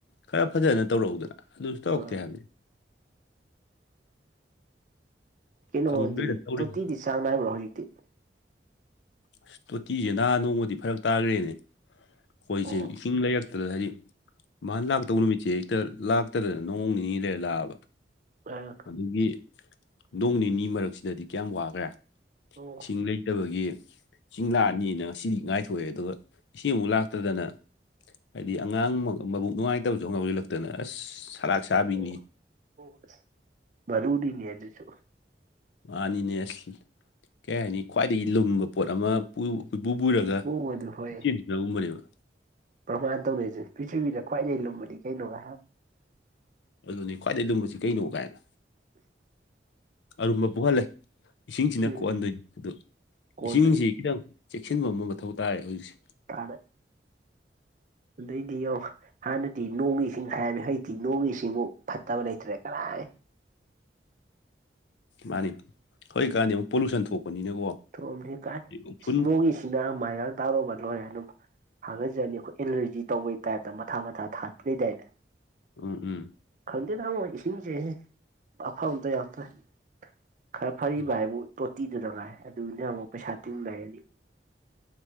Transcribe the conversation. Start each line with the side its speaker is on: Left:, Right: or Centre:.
Left: ꯈꯔ ꯐꯖꯅ ꯇꯧꯔꯛꯎꯗꯅ ꯑꯗꯨꯁꯨ
Right: ꯇꯧꯔꯛꯑꯗꯤ
Left: ꯇꯧꯔꯛꯇꯦ ꯍꯥꯏꯕꯅꯤ
Right: ꯀꯩꯅꯣꯗꯤ
Left: ꯈꯪꯗ꯭ꯔꯦꯗ ꯇꯧꯔꯤꯁꯦ
Right: ꯇꯣꯇꯤꯗꯤ ꯆꯥꯡ ꯅꯥꯏꯕ꯭ꯔꯥ ꯍꯧꯖꯤꯛꯇꯤ
Left: ꯑꯁ ꯇꯣꯇꯤꯁꯦ ꯅꯍꯥ ꯅꯣꯡꯃꯗꯤ ꯐꯔꯛ ꯇꯥꯈ꯭ꯔꯦꯅꯦ ꯑꯩꯈꯣꯏꯁꯦ
Right: ꯑꯣ
Left: ꯏꯁꯤꯡ ꯂꯩꯔꯛ ꯍꯥꯏꯗꯤ ꯃꯥꯅ ꯂꯥꯛꯇꯧꯕ ꯅꯨꯃꯤꯠꯁꯦ ꯍꯦꯛꯇ ꯂꯥꯛꯇꯗꯅ ꯅꯣꯡ ꯅꯤꯅꯤ ꯂꯩꯔ ꯂꯥꯛꯑꯕ
Right: ꯐ <unintelligible>
Left: ꯑꯗꯨꯒꯤ ꯅꯣꯡ ꯅꯤꯅꯤ ꯃꯔꯛꯁꯤꯗꯗꯤ ꯀꯌꯥꯝ ꯋꯥꯈ꯭ꯔꯦ
Right: ꯑꯣ
Left: ꯏꯁꯤꯡ ꯂꯩꯇꯕꯒꯤ ꯆꯤꯡ ꯂꯥꯛꯑꯅꯤꯅ ꯉꯁꯤꯗꯤ ꯉꯥꯏꯊꯣꯛꯑꯦ ꯑꯗꯨꯒ ꯏꯁꯤꯡ ꯑꯃꯨꯛ ꯂꯥꯛꯇꯗꯅ ꯍꯥꯏꯗꯤ ꯑꯉꯥꯡ ꯃꯕꯨꯛ ꯅꯨꯡꯉꯥꯏꯇꯕꯁꯨ ꯑꯥꯃꯨꯛ ꯌꯥꯎꯖꯤꯂꯛꯇꯅꯥ ꯑꯁ ꯁꯂꯥꯛ ꯁꯥꯕꯤꯅꯤ
Right: ꯑꯣ ꯑꯣ ꯑꯁ ꯋꯥꯔꯤꯗꯤꯅ ꯑꯗꯨꯁꯨ
Left: ꯃꯥꯅꯤꯅꯦꯁ ꯀꯩ ꯍꯥꯏꯅꯤ ꯈ꯭ꯋꯥꯏꯗꯒꯤ ꯂꯨꯝꯕ ꯄꯣꯠ ꯑꯃ ꯄꯨ ꯀꯣꯏꯄꯨ ꯄꯨꯔꯥꯒ
Right: ꯍꯣꯡꯕꯗꯨ ꯍꯣꯏ
Left: ꯏꯆꯦꯟꯁꯤꯅꯒꯨꯝꯕꯅꯦꯕ
Right: ꯄ꯭ꯔꯃꯥꯟ ꯇꯧꯅꯔꯤꯁꯦ ꯄ꯭ꯔꯤꯊꯤꯕꯤꯗ ꯈ꯭ꯋꯥꯏꯗꯑꯩ ꯂꯨꯝꯃꯗꯤ ꯀꯩꯅꯣ ꯍꯥꯏꯍ
Left: ꯑꯗꯨꯅꯤ ꯈ꯭ꯋꯥꯏꯗꯑꯩ ꯂꯨꯝꯕꯁꯤ ꯀꯩꯅꯣ ꯀꯥꯏꯅ
Right: ꯎ <unintelligible>
Left: ꯑꯔꯨꯝꯕ ꯄꯣꯛꯍꯜꯂꯦ ꯏꯁꯤꯡꯁꯤꯅ
Right: ꯎꯝ
Left: ꯀꯣꯛꯍꯟꯗꯣꯏꯅꯤ ꯑꯗꯨ
Right: ꯀꯣꯟꯗꯣꯏꯅꯤ
Left: ꯏꯁꯤꯡꯁꯤ ꯈꯤꯇꯪ ꯆꯦꯛꯁꯤꯟꯕ ꯑꯃ ꯃꯊꯧ ꯇꯥꯔꯦ ꯍꯧꯖꯤꯛꯁꯦ
Right: ꯇꯗꯦ ꯑꯗꯩꯏꯗꯤꯌꯣ ꯍꯥꯟꯅꯗꯤ ꯅꯣꯡꯒꯤ ꯏꯁꯤꯡ ꯍꯥꯏꯔꯃꯤ ꯍꯧꯖꯤꯛꯇꯤ ꯅꯣꯡꯒꯤ ꯏꯁꯤꯡꯃꯨꯛ ꯐꯠꯇꯕ ꯂꯩꯇ꯭ꯔꯦ ꯀꯔꯥꯏ
Left: ꯃꯥꯅꯤ ꯍꯧꯒꯤꯛꯀꯥꯟꯗꯤ ꯑꯃꯨꯛ ꯄꯣꯂꯨꯁꯟ ꯊꯣꯛꯄꯅꯤꯅꯀꯣ
Right: ꯊꯣꯡꯑꯝꯅꯤꯍꯦ ꯀꯥꯏ
Left: ꯍꯥꯏꯗꯤ ꯎꯐꯨꯟ
Right: ꯅꯣꯡꯒꯤ ꯏꯁꯤꯡꯅ ꯃꯥꯏꯒꯥꯡ ꯇꯥꯔꯨꯕ ꯂꯣꯏꯔꯦ ꯑꯗꯨꯝ ꯊꯥꯒꯠꯆꯔꯅꯤ ꯑꯩꯈꯣꯏ ꯑꯦꯂꯔꯖꯤ ꯇꯧꯕꯒꯤ ꯇꯥꯏꯞꯇ ꯃꯊꯥ ꯃꯊꯥ ꯊꯥ ꯂꯩꯗꯥꯏꯅꯦ
Left: ꯎꯝ ꯎꯝ
Right: ꯈꯪꯗꯦꯗꯥ ꯑꯥꯃꯣ ꯏꯁꯤꯡꯁꯦ ꯑꯐꯥꯕꯥ ꯑꯝꯇꯥ ꯌꯥꯎꯇꯔꯦ ꯈꯔ ꯐꯔꯤꯕ
Left: ꯍꯥꯏꯗꯤ
Right: ꯍꯥꯏꯕꯨ ꯇꯣꯇꯤꯗꯨꯅꯉꯥꯏ ꯑꯗꯨꯅꯦ ꯑꯃꯨꯛ ꯄꯩꯁꯥ ꯇꯤꯟ ꯂꯩꯔꯅꯤ